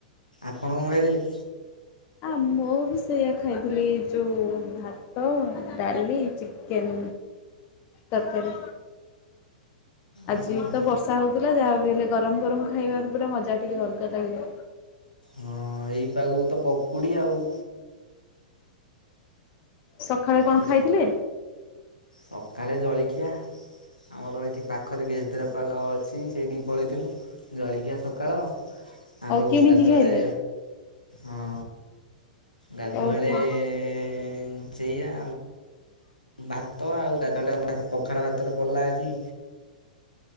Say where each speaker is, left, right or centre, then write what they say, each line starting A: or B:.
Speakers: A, on the left (about 85°); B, on the left (about 35°).
A: ଆପଣ କଁ ଖାଇଥିଲେ?
B: ଆ ମୁଁ ବି ସେଇଆ ଖାଇଥିଲି ଯୋଉ ଭାତ ଡାଲି ଚିକେନ୍। ତରକାରୀ। ଆଜି
A: ଓହୋ
B: ତ ବର୍ଷା ହଉଥୁଲା ଯାହା ବି ହେଲେ ଗରମ ଗରମ ଖାଇବାର ପୁରା ମଜା ଟିକେ ଅଲଗା ଲାଗିଲା।
A: ହଁ ଏଇ ପାଗୁକୁ ତ ପକୁଡ଼ି ଆଉ।
B: ସକାଳେ କଣ
A: ଏଇ
B: ଖାଇଥିଲେ?
A: ସକାଳେ ଜଳିଖିଆ। ଆମର ଏଇଠି ପାଖର କେସଦୁରାପାଲ ଅଛି ସେଇଠି ପଳେଇଥିନୁ ଜଳିଖିଆ ସକାଳ ଆଉ
B: ଓ କିଣିକି
A: ଗାଧୁଆଳେ
B: ଖାଇଲେ?
A: ହଁ। ଗାଧୁଆଳେ
B: ଓହୋ।
A: ଏଁ ସେଇଆ ଆଉ। ଭାତ ଆଉ ଗାଧୁଆଳେ ହାତ ଆମ ପଖାଳ ଭାତରେ ପଲା ଆଜି।